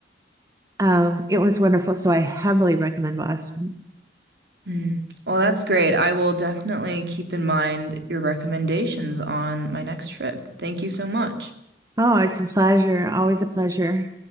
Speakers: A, on the right (about 20°); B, on the right (about 65°).
A: um, it was wonderful. So I heavily recommend Boston.
B: Mm. Well, that's great. I will definitely keep in mind your recommendations on my next trip. Thank you so much.
A: Oh, it's a pleasure. Always a pleasure.